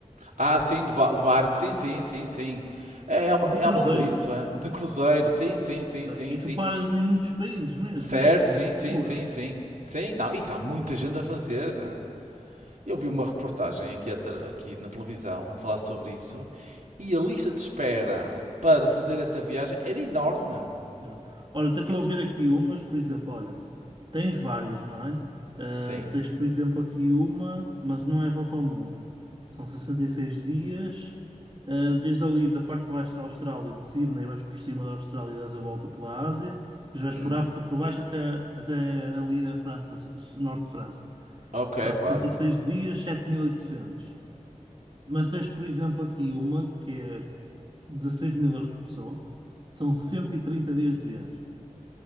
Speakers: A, on the right (about 85°); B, on the right (about 40°).
A: Ah, sim, de va- de barco, sim, sim, sim, sim. É, à
B: De
A: é à
B: cruzeiro.
A: volta disso, é. De cruzeiro, sim, sim, sim,
B: tá?
A: sim,
B: E
A: sim.
B: tu paras em muitos países mesmo.
A: Certo,
B: É Aquilo
A: sim,
B: é uma
A: sim, sim,
B: loucura.
A: sim. Sim, não, isso há muita gente a fazer. Eu vi uma reportagem aqui, atra- aqui na televisão a falar sobre isso e a lista de espera para fazer essa viagem era enorme.
B: Já. Olha, até estou
A: Ele...
B: a ver aqui umas, por exemplo, olha, tens várias, não é? Ah,
A: Sim.
B: tens, por exemplo, aqui uma, mas não é volta ao mundo. São 66 dias, ah, desde ali da parte de baixo da Austrália, de Sydney, vais por cima da Austrália e dás a volta pela Ásia, depois vais
A: Hum.
B: por África por baixo até, até ali a França, s- s- norte de França.
A: Ok,
B: São
A: quase.
B: sessenta e seis dias, sete mil e oitocentos. Mas tens, por exemplo, aqui uma que é 16 mil euros por pessoa, são 130 dias de viagem